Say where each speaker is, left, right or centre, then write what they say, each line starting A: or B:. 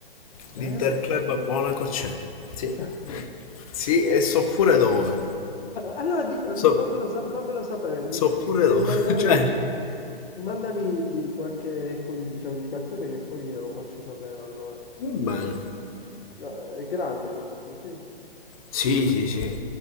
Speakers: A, on the left; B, on the left.
A: Vero?
B: L'Interclub a Monaco c'è. Sì.
A: <laughs>
B: Sì, e so pure dove.
A: Allora di- eh,
B: So,
A: fammelo, sa- fammelo sapere, mi,
B: so pure
A: mi devi
B: dove.
A: mandare,
B: <laughs> Cioè,
A: mandami di- qualche con- diciamo, indicazione che poi glielo faccio sapere allora.
B: va bene.
A: Eh, È grande poi, sì.
B: Sì, sì, sì.